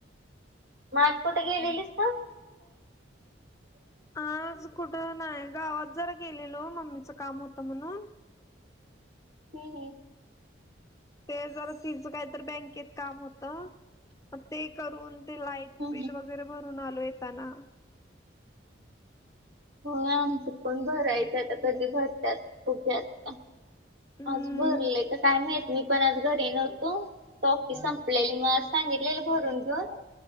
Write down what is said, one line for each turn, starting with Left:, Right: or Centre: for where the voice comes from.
Right: मग आज कुठ गे दिलीस तर.
Left: आज कुठ नाही गावात जरा. गेलेलो मम्मीचं काम होतं म्हणून.
Right: हम ह.
Left: ते जर तिच काहीत बँकेत काम होत. ते करून. ते लाईट
Right: हम्म
Left: बिल वगैरे भरून आलो. येताना.
Right: हो आमच पण घरायच आता कधी भरतात. खक्यात.
Left: हम्म
Right: आज भरलेय तर काय माहित मी पण आज घरी. नव्हतो. तोकी संपलेली मग सांगितलेली भरून घेऊन.